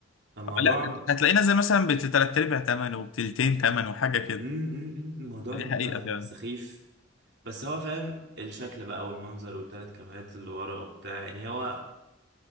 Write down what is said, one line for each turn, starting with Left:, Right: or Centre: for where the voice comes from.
Right: فالموضوع
Left: لا
Right: م-
Left: هتلاقينا زي مثلا بتلات ارباع تمن وبتلتين تمن وحاجه كده
Right: م- م- الموضوع
Left: دي
Right: بيبقى
Left: حقيقه فعلا
Right: سخيف بس هو فاهم الشكل بقى والمنظر والتلات كاميرات اللي ورا وبتاع يعني هو